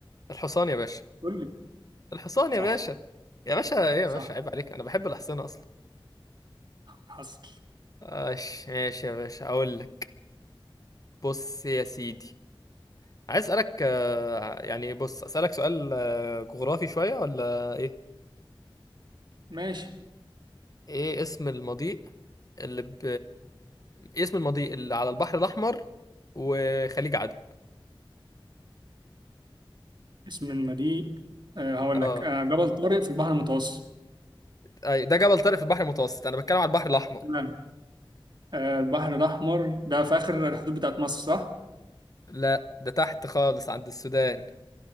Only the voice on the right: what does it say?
قول لي
صح
صح
حصل
ماشي
اسم المدينة أه هقول
لك أه جبل طارق في البحر المتوسط
تمام. أه البحر الأحمر ده في آخر الحدود بتاعت مصر صح؟